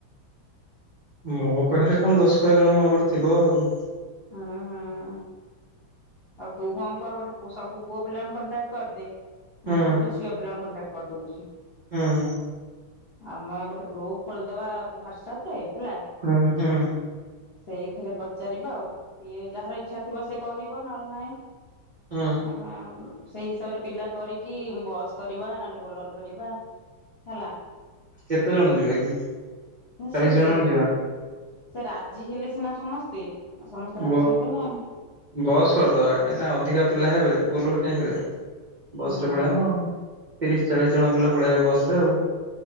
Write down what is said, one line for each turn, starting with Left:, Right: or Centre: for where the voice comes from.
Right: ମୋ ପାଖରେ ତ କଣ ଦଶ କୋଡିଏ ଜଣଙ୍କ ନମ୍ବର ଥିବ ଆଉ।
Left: ଉଁ ହୁଁ। ଆଉ ତୁ କଣ କର ଗୋଟେ ପୁଅ ସବୁ ପୁଅ ପିଲାଙ୍କୁ କଣ୍ଟାକ୍ଟ କରିଦେ
Right: ହୁଁ
Left: ମୁଁ ସବୁ ଝିଅ ପିଲାଙ୍କୁ କଣ୍ଟାକ୍ଟ କରିଦଉଚି।
Right: ହୁଁ।
Left: ଆମ ଗୋଟେ ଗ୍ରୁପ ଖୋଲିଦବା ହ୍ଵାଟସଆପ ରେ ହେଲା।
Right: ହୁଁ ହୁଁ।
Left: ସେଇଥିରେ ପଚାରିବ ଆଉ କିଏ ଯାହାର ଇଚ୍ଛା ଥିବ ସେ କହି ନ ନଲେ ନାଇ।
Right: ହୁଁ।
Left: ଆମ ସେଇ ହିସାବରେ ପିଲା କରିକି ବସ୍ କରିବା ନହେଲେ ବୋଲର କରିବା। ହେଲା।
Right: କେତେ ଜଣ ଯିବା କି?
Left: ସେ
Right: ଚାଳିଶ
Left: ସେ
Right: ଜଣ
Left: ସେରା
Right: ଖଣ୍ଡେ ଯିବା।
Left: ସେ ରାଜି ହେଲେ ସିନା ସମସ୍ତେ। ଆଉ ସମସ୍ତେ ରାଜି
Right: ବ
Left: ହେବେନା ଆମ
Right: ବସ୍ କରିଦବା କାହିଁକିନା ଅଧିକା ପିଲା ହେବେ ବୋଲର କାହିଁ କରିବା? ବସ
Left: ହୁଁ
Right: ରେ ପଳେଇବା ନା ଆଉ। ତିରିଶ ଚାଳିଶ ଜଣ ପିଲା ପଳେଇବା ବସ ରେ ଆଉ।